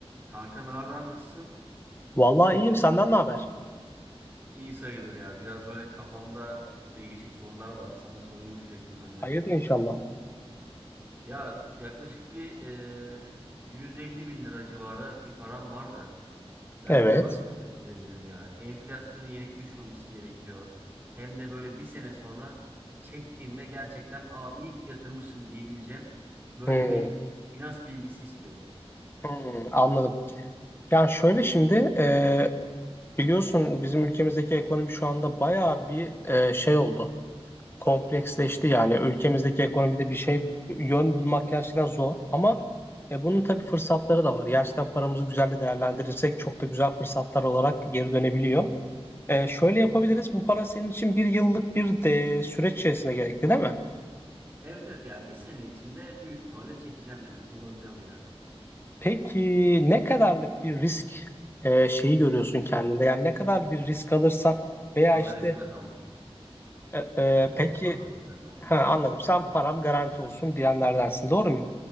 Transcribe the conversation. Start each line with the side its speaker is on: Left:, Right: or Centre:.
Right: Kanka ne haber nasılsın?
Left: Vallahi iyiyim. Senden ne haber?
Right: İyi sayılır ya. Biraz böyle kafamda değişik sorular var. Sana sorayım diyecektim ben
Left: Hayırdır
Right: de.
Left: inşallah.
Right: Ya yaklaşık bir e, 150 bin lira civarı bir param var da ben
Left: Evet.
Right: bunu nasıl bilebilirim yani? Enflasyonu yenik düşmemesi gerekiyor. Hem de böyle bir sene sonra çektiğimde gerçekten aa iyi ki yatırmışım diyebileceğim böyle
Left: Hmm,
Right: bir finans bilgisi istiyorum.
Left: hmm, anladım. Yani şöyle şimdi e, biliyorsun bizim ülkemizdeki ekonomi şu anda bayağı bir e, şey oldu. Kompleksleşti yani. Ülkemizdeki ekonomide bir şey yön bulmak gerçekten zor. Ama e, bunun tabii fırsatları da var. Gerçekten paramızı güzel de değerlendirirsek çok da güzel fırsatlar olarak geri dönebiliyor. E, şöyle yapabiliriz. Bu para senin için bir yıllık bir de süreç içerisinde gerekli değil mi?
Right: Evet evet ya bir sene içinde büyük ihtimalle çekeceğim yani kullanacağım bir yerde.
Left: Peki ne kadarlık bir risk e, şeyi görüyorsun kendinde? Yani ne kadar bir risk alırsan veya
Right: Fazla
Left: işte
Right: riske atamam.
Left: e, e,
Right: Yok evet
Left: peki
Right: fazla riske atamam.
Left: ha, anladım sen param garanti olsun diyenlerdensin doğru muyum?